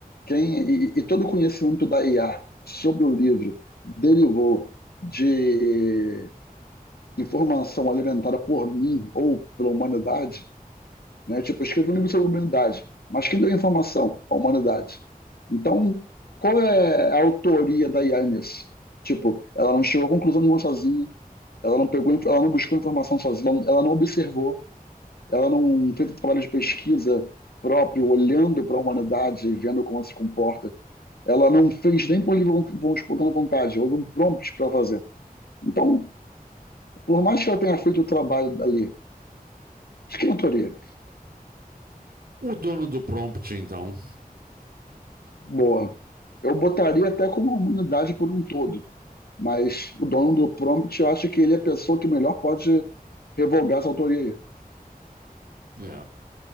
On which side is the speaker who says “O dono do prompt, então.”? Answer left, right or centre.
Right